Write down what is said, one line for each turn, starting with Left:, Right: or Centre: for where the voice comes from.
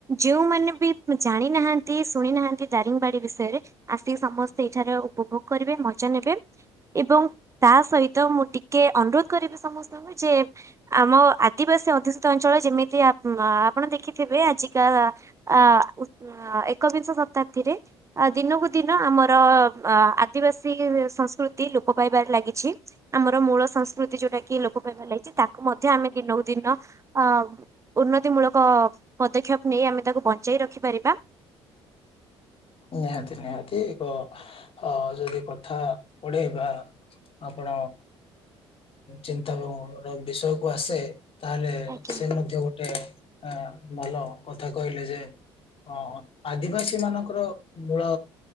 Right: ଯେଉଁମାନେ ବି ଜାଣି ନାହାନ୍ତି ଶୁଣି ନାହାନ୍ତି ଦାରିଙ୍ଗୀବାଡ଼ି ବିଷୟରେ ଆସି ସମସ୍ତେ ଏଇଠାରେ ଉପଭୋଗ କରିବେ ମଜା ନେବେ ଏବଂ ତା ସହିତ ମୁଁ ଟି ଟିକେ ଅନୁରୋଧ କରିବି ସମସ୍ତଙ୍କୁ ଯେ ଆମ ଆଦିବାସୀ ଅଧୁଷିତ ଅଞ୍ଚଳ ଯେମିତିଆ ଆ ଆପଣ ଦେଖିଥିବେ ଆଜିକା ଆ ଆ ଏକବିଂଶ ଶତାବ୍ଦୀରେ ଆ ଦିନକୁ ଦିନ ଆମର ଆ ଦିବାସୀ ସଂସ୍କୃତି ଲୋପ ପାଇବାରେ ଲାଗିଛି ଆମର ମୂଳ ସଂସ୍କୃତି ଯୋଉଟା କି ଲୋପ ପାଇବାର ଲାଗଛି ତାକୁ ମଧ୍ୟ ଆମେ ଦିନକୁ ଦିନ ଅ ଉନ୍ନତିମୂଳକ ପଦକ୍ଷେପ ନେଇ ଆମେ ତାକୁ ବଞ୍ଚାଇ ରଖିପାରିବା।
Left: ନିହାତି ନିହାତି ଏକ ଅ ଯଦି କଥା ପଢ଼େଇବା ଆପଣ ଚିନ୍ତାରୁ ବିଷୟ କୁ ଆସେ ତାହେଲେ
Right: ଆଜ୍ଞା
Left: ସେ ମଧ୍ୟ ଗୋ ଟେ ହଁ ଭଲ କଥା କହିଲେ ଯେ ଅ ଆଦିବାସୀ ମାନଙ୍କର ମୂଳ